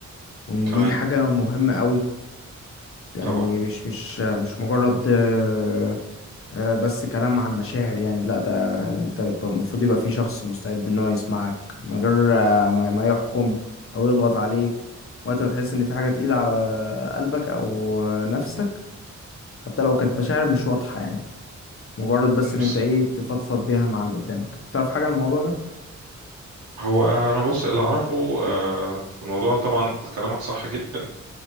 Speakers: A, on the left; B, on the right.
A: وان
B: تمام
A: دي حاجة مهمة قوي يعني
B: طبعا
A: مش مش مش مجرد آه، آه، بس كلام عن مشاعر يعني لا ده انت يبقى- المفروض يبقى في شخص مستعد ان هو يسمعك من غير آه، ما ما يحكم او يضغط عليك وقت ما تحس ان في حاجة تقيلة على قلبك او نفسك حتى لو كانت مشاعر مش واضحة يعني مجرد بس ان
B: بس
A: انت ايه تفضفض بيها مع اللي قدامك تعرف حاجة عن الموضوع ده؟
B: هو انا بص اللي اعرفه آه، في الموضوع طبعا كلامك صح جدا